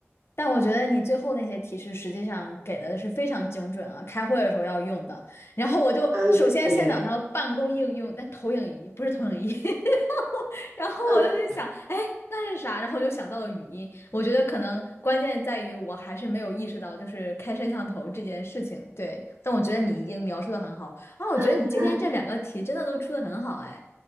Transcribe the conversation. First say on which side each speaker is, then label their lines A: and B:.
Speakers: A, on the left; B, on the right.
A: 但我觉得你最后那些提示实际上给的是非常精准啊，开会的时候要用的。然后我就首先先想到办公应用，
B: 呃，对，
A: 那投影仪不是投影仪，<laughs> 然后我就在想，
B: 呃，嗯、
A: 哎，那是啥？然后我就想到了语音。我觉得可能关键在于我还是没有意识到，就是开摄像头这件事情。对，但我觉得你已经描述的很好啊，我觉得你今天这两个题真的都出的很好，
B: 呃嗯
A: 哎。